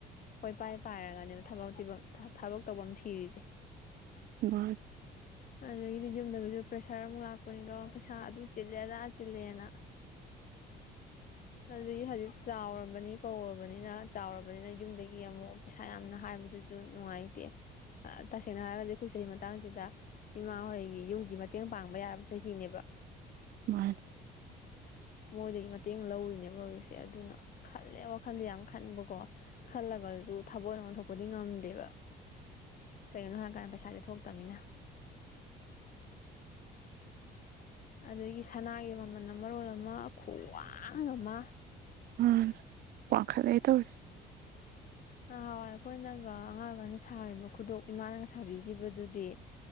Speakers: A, on the left; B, on the right.
A: ꯀꯣꯏ ꯄꯥꯏ ꯄꯥꯏꯔꯒꯅꯦꯕ ꯊꯕꯛ ꯊꯤꯕꯝ ꯊꯕꯛ ꯇꯧꯐꯝ ꯊꯤꯔꯤꯁꯦ꯫
B: <unintelligible>
A: ꯑꯗꯨꯗꯒꯤꯗꯤ ꯌꯨꯝꯗꯒꯤꯁꯨ ꯄ꯭ꯔꯦꯁꯔ ꯑꯃꯨꯛ ꯂꯥꯛꯄꯅꯤꯗꯣ ꯄꯩꯁꯥ ꯑꯗꯨ ꯆꯤꯜꯂꯦ ꯑꯗꯥ ꯆꯤꯜꯂꯦꯅ꯫ <unintelligible> ꯆꯥꯎꯔꯕꯅꯤ ꯀꯧꯔꯕꯅꯤꯅ ꯆꯥꯎꯔꯕꯅꯤꯅ ꯌꯨꯝꯗꯒꯤ ꯑꯃꯨꯛ ꯄꯩꯁꯥ ꯌꯥꯝꯅ ꯍꯥꯏꯕꯗꯨꯁꯨ ꯅꯨꯡꯉꯥꯏꯇꯦ꯫ ꯇꯁꯦꯡꯅ ꯍꯥꯏꯔꯒꯗꯤ ꯑꯩꯈꯣꯏ ꯆꯍꯤ ꯃꯇꯥꯡꯁꯤꯗ ꯏꯃꯥ ꯍꯣꯏꯒꯤ ꯌꯨꯝꯒꯤ ꯃꯇꯦꯡ ꯄꯥꯡꯕ ꯌꯥꯔꯕ ꯆꯍꯤꯅꯦꯕ꯫
B: ꯃꯥꯅꯦ
A: ꯃꯣꯏꯗꯒꯤ ꯃꯇꯦꯡ ꯂꯧꯔꯤꯅꯦꯕ ꯍꯧꯖꯤꯛꯁꯦ ꯑꯗꯨꯅ ꯈꯜꯂꯦ ꯋꯥꯈꯜꯁ ꯌꯥꯝ ꯈꯟꯕꯀꯣ ꯈꯜꯂꯒꯁꯨ ꯊꯥꯕꯛ ꯑꯣꯏꯅ ꯑꯣꯟꯊꯣꯛꯄꯗꯤ ꯉꯝꯗꯦꯕ꯫ ꯀꯒꯤꯅꯣ ꯍꯥꯏꯀꯥꯟ ꯄꯩꯁꯥꯖꯦ ꯊꯣꯛꯇꯝꯅꯤꯅ ꯑꯗꯒꯤ ꯁꯅꯥꯒꯤ ꯃꯃꯜ ꯃꯔꯣꯜ ꯑꯃ ꯈ꯭ꯋꯥꯡ ꯑꯃ
B: ꯎꯝ ꯋꯥꯡꯈꯠꯂꯦ ꯇꯧꯔꯤꯁꯦ
A: ꯅꯍꯥꯟꯋꯥꯏ ꯑꯩꯈꯣꯏꯅꯒ ꯑꯉꯥꯡ ꯑꯣꯢꯔꯤꯀꯥꯟꯗ ꯁꯥꯒꯤꯕ ꯈꯨꯗꯣꯞ ꯏꯃꯥꯅꯒ ꯁꯥꯕꯤꯒꯤꯕꯗꯨꯗꯤ